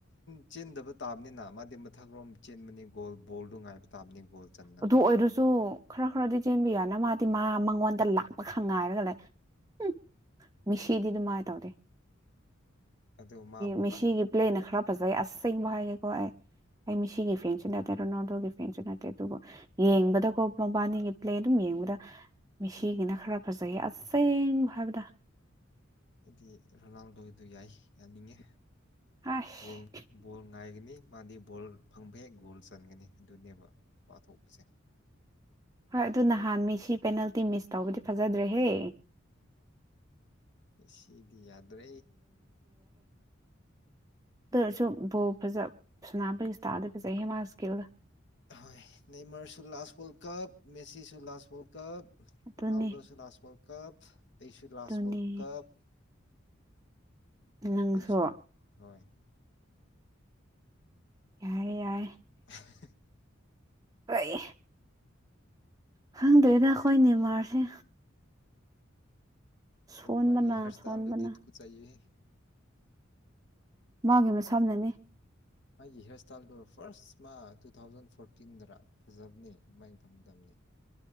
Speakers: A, on the left (about 60°); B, on the right (about 20°).
A: ꯆꯦꯟꯗꯕ ꯇꯥꯕꯅꯤꯅ ꯃꯥꯗꯤ ꯃꯊꯛꯔꯣꯝ ꯆꯦꯟꯕꯅꯤ ꯒꯣꯜ ꯕꯣꯜꯗꯣ ꯉꯥꯏꯕ ꯇꯥꯕꯅꯤ ꯒꯣꯜ ꯆꯟꯅꯕ
B: ꯑꯗꯨ ꯑꯣꯏꯔꯁꯨ ꯁꯨ ꯈꯔ ꯈꯔꯗꯤ ꯆꯦꯟꯕꯤꯌꯣꯅ ꯃꯥꯗꯤ ꯃꯥ ꯃꯉꯣꯟꯗ ꯂꯥꯛꯄ ꯈꯪꯉ ꯍꯥꯏꯔꯒ ꯂꯩ ꯎꯝ ꯃꯦꯁꯤꯗꯤ ꯑꯗꯨꯃꯥꯏꯅ ꯇꯧꯗꯦꯁꯤ
A: ꯑꯗꯣ ꯃꯥꯕꯨ
B: ꯃꯦꯁꯤꯒꯤ ꯄ꯭ꯂꯦꯅ ꯈꯔ ꯐꯖꯩ ꯑꯁꯁꯦꯡꯕ ꯍꯥꯏꯒꯦꯀꯣ ꯑꯩ ꯑꯩ ꯃꯤꯁꯤꯒꯤ ꯐ꯭ꯔꯦꯟꯁꯨ ꯅꯠꯇꯦ ꯔꯣꯅꯥꯜꯗꯣꯒꯤ ꯐꯦꯟꯁꯨ ꯅꯠꯇꯦ ꯑꯗꯨꯒ ꯌꯦꯡꯕꯗꯀꯣ ꯃꯕꯥꯅꯤꯒꯤ ꯄ꯭ꯂꯦ ꯑꯗꯨꯝ ꯌꯦꯡꯕꯗ ꯃꯤꯁꯤꯒꯤꯅ ꯈꯔ ꯐꯖꯩꯌꯦ ꯑꯁꯦꯡꯕ ꯍꯥꯏꯕꯗ
A: ꯑꯩꯗꯤ ꯔꯣꯅꯥꯜꯗꯣꯗꯨ ꯌꯥꯏ ꯌꯥꯅꯤꯡꯉꯦ
B: ꯑꯁ
A: ꯕꯣꯕꯣꯜ ꯉꯥꯏꯒꯅꯤ ꯃꯥꯗꯤ ꯕꯣꯜ ꯐꯪꯕꯩꯦꯛ ꯒꯣꯜ ꯆꯟꯒꯅꯤ ꯑꯗꯨꯅꯦꯕ ꯅꯨꯄꯥ ꯊꯣꯛꯄꯁꯦ
B: ꯍꯣꯏ ꯑꯗꯨ ꯅꯍꯥꯟ ꯃꯤ ꯁꯤ ꯄꯦꯅꯥꯜꯇꯤ ꯃꯤꯁ ꯇꯧꯕꯗꯤ ꯐꯖꯗ꯭ꯔꯦꯍꯦ
A: ꯁꯤꯗꯤꯗ꯭ꯔꯦ
B: ꯑꯗꯨꯁꯨ ꯕꯣ ꯐꯖ ꯁꯅꯕ ꯏꯁꯇꯥꯥꯏꯜꯗꯤ ꯐꯖꯩ ꯍꯦꯃꯥꯥꯁꯀꯦꯜꯗ
A: ꯍꯣꯏ ꯅꯃꯔꯁꯨ ꯂꯥꯁ ꯋꯥꯔꯜ ꯀꯞ ꯃꯦꯁꯤꯁꯨ ꯂꯥꯁ ꯋꯥꯔꯜ ꯀꯞ
B: ꯑꯗꯨꯅꯤ
A: ꯔꯣꯅꯥꯜꯗꯣꯁꯨ ꯂꯥꯁ ꯋꯥꯔꯜꯗ ꯀꯞ ꯑꯩꯁꯨ ꯂꯥꯁ
B: ꯑꯗꯨꯅꯤ
A: ꯋꯥꯔꯜꯗ ꯀꯞ
B: ꯅꯪꯁꯨ
A: ꯑꯩꯁꯨꯅꯤ ꯍꯣꯏ
B: ꯌꯥꯏꯌꯦ ꯌꯥꯏꯌꯦ
A: <inaudible>
B: ꯑꯩ ꯈꯪꯗꯦꯗꯥ ꯑꯩꯈꯣꯏꯒꯤ ꯅꯦꯃꯥꯔꯁꯦ ꯁꯣꯟꯕꯅ
A: ꯃꯥꯒꯤ ꯍꯔꯁꯇꯥꯥꯏꯜꯗꯤꯗꯨꯀ
B: ꯁꯣꯟꯕꯅ
A: ꯆꯥꯏꯌꯦ
B: ꯃꯥꯒꯤ ꯃꯁꯝꯅꯅꯤ
A: ꯃꯥꯒꯤ ꯍꯤꯌꯥꯔ ꯏꯁꯇꯥꯏꯜꯗꯣ ꯐꯥꯔꯁ ꯃꯥ ꯇꯨ ꯊꯥꯎꯖꯟ ꯐꯣꯔꯇꯤꯟꯗ ꯐꯖꯕꯅꯤ ꯑꯗꯨꯃꯥꯏꯅ ꯊꯝꯒꯗꯕꯅꯤ